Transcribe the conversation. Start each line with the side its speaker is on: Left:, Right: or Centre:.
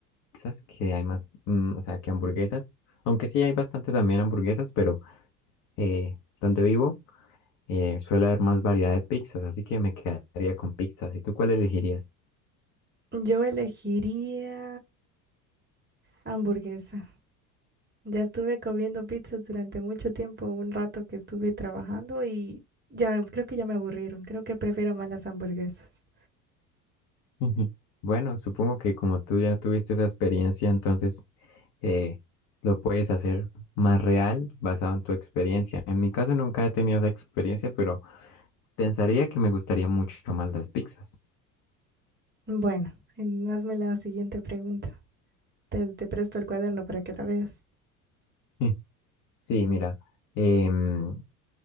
Left: pizzas, que hay más, mm, o sea, que hamburguesas, aunque sí hay bastante también hamburguesas, pero eh, donde vivo. eh, suele haber más variedad de pizzas, así que me quedaría con pizzas. ¿Y tú cuál elegirías?
Right: Yo elegiría hamburguesa. Ya estuve comiendo pizzas durante mucho tiempo, un rato que estuve trabajando y ya creo que ya me aburrieron. Creo que prefiero más las hamburguesas.
Left: <laughs> Bueno, supongo que como tú ya tuviste esa experiencia, entonces eh, lo puedes hacer más real basado en tu experiencia. En mi caso nunca he tenido esa experiencia, pero pensaría que me gustaría mucho más las pizzas.
Right: Bueno, en- hazme la siguiente pregunta. Te, te presto el cuaderno para que la veas.
Left: <laughs> Sí, mira, em,